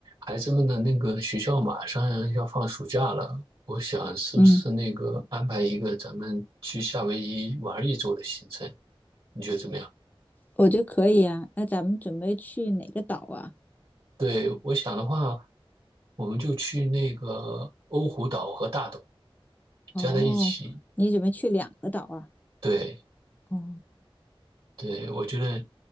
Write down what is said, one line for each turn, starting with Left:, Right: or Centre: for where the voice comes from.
Right: 孩子们的那个学校马上要放暑假了，我想是不是那个安排一个咱们去夏威夷玩一周的行程？
Left: 嗯，
Right: 你觉得怎么样？
Left: 我觉得可以啊。那咱们准备去哪个岛啊？
Right: 对，我想的话，我们就去那个欧胡岛和大岛
Left: 哦，
Right: 加在一起。
Left: 你准备去两个岛啊？
Right: 对，
Left: 哦，
Right: 对，我觉得，